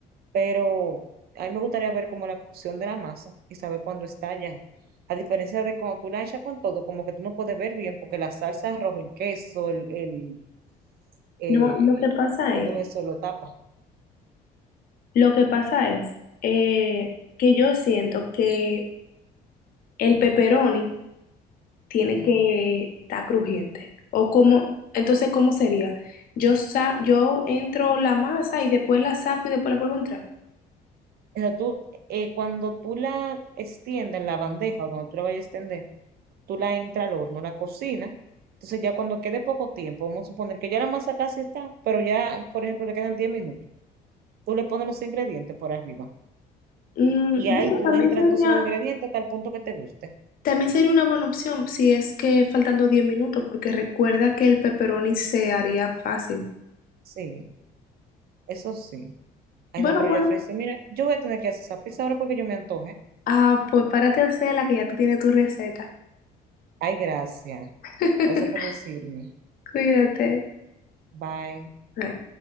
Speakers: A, on the right; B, on the left.
A: Pero a mí me gustaría ver como la cocción de la masa y saber cuándo está ya. A diferencia de cuando tú la echas con todo, como que tú no puedes ver bien, porque la salsa roja, el queso, el, el, eh,
B: no, lo que pasa
A: todo
B: es,
A: eso lo tapa.
B: lo que pasa es eh, que yo siento que el pepperoni tiene
A: Ujú.
B: que estar crujiente, o como, entonces, ¿cómo sería? Yo, sa yo entro la masa y después la saco y después la vuelvo a entrar.
A: O sea, tú, eh, cuando tú la extiendes en la bandeja o donde tú la vayas a extender, tú la entras al horno, la cocinas. Entonces ya cuando quede poco tiempo, vamos a suponer que ya la masa casi está, pero ya, por ejemplo, le quedan 10 minutos. Tú le pones los ingredientes por arriba.
B: Mm,
A: Y
B: bueno,
A: ahí tú
B: también
A: entras
B: sería,
A: entonces los ingredientes hasta el punto que te guste.
B: también sería una buena opción si es que faltando 10 minutos, porque recuerda que el pepperoni se haría fácil.
A: Sí, eso sí. Ay,
B: Bueno,
A: no, pero
B: bueno.
A: ya ofrecí, mira, yo voy a tener que hacer esa pizza ahora porque yo me antoje.
B: Ah, pues párate a hacerla que ya tú tienes tu receta.
A: Ay, gracias.
B: <laughs>
A: Gracias por decirme.
B: Cuídate.
A: Bye.
B: Bye.